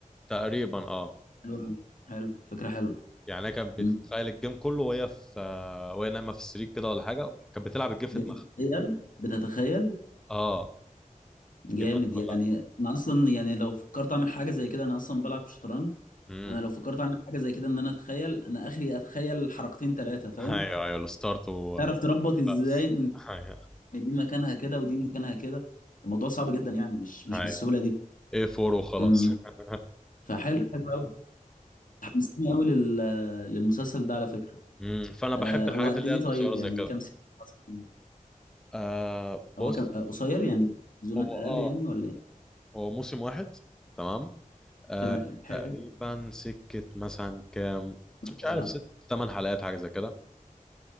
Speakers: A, in the centre; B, on the left.
A: تقريبا اه
B: حلو أوي. حلو فكره حلوه
A: يعني هي كانت بتتخيل
B: مم.
A: الجيم كله وهي في آه، وهي نايمه في السرير كده ولا حاجه كانت بتلعب الجيم في
B: بتتخيل
A: دماغها
B: بتتخيل
A: اه
B: جامد
A: الجيمات كلها
B: يعني انا اصلا يعني لو فكرت اعمل حاجه زي كده انا اصلا بلعب شطرنج
A: امم
B: انا لو فكرت اعمل حاجه زي كده ان انا اتخيل انا اخري اتخيل حركتين ثلاثه فاهم
A: ايوه ايوه الستارت و
B: تعرف تربط ازاي
A: بس
B: يعني
A: ايوه
B: دي مكانها كده ودي مكانها كده الموضوع صعب جدا يعني مش مش
A: ايوه
B: بالسهولة دي
A: ايه فور وخلاص
B: امم
A: <laughs>
B: فحلو حلو قوي حمستني قوي لل... للمسلسل ده على فكرة
A: امم فانا
B: آه
A: بحب الحاجات
B: هو قد
A: اللي
B: ايه
A: هي القصيره
B: طيب يعني
A: زي كده
B: كام سيزون مثلاً؟
A: آه
B: هو
A: بص
B: كم آه قصير يعني سيزونات
A: هو
B: اقل
A: اه
B: يعني ولا ايه
A: هو موسم واحد تمام آه
B: كمان حلو
A: تقريبا سكة مثلا كام مش
B: بقى
A: عارف ست تمن حلقات حاجة زي كده